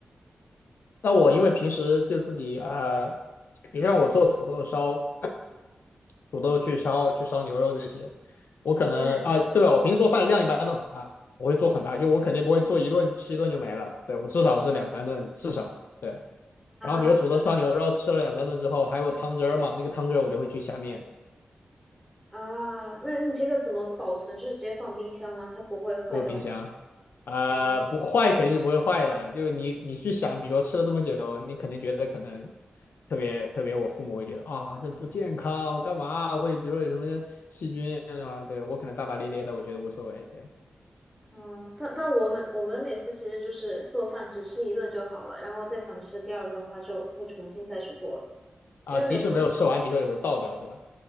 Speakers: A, on the left; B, in the centre.
A: 那我因为平时就自己啊、你比如像我做土豆烧，土豆去烧去烧牛肉这些。我可能啊，
B: 嗯
A: 对啊，我平时做饭量一般都很大，我会做很大，就我肯定不会做一顿吃一顿就没了，对，我至少是两三顿，至少对。
B: 啊
A: 然后比如土豆烧牛肉吃了两三顿之后，还有汤汁儿嘛，那个汤汁儿我就会去下面，
B: 啊，那你这个怎么保存？就是直接放冰箱吗？它不会坏掉吗？
A: 就是冰箱，啊、
B: 啊。
A: 不坏肯定是不会坏的，就是你你去想，比如吃了这么久，你肯定觉得可能特别特别，我父母会觉得啊这不健康，我干嘛会比如说有什么细菌啊，对我可能大大咧咧的，我觉得无所谓，对。
B: 嗯，但但我们我们每次其实就是做饭只吃一顿就好了，然后再想吃第二顿的话就会重新再去做，
A: 啊，
B: 因为每次
A: 即使没有吃完，比如说也会倒掉，对吧？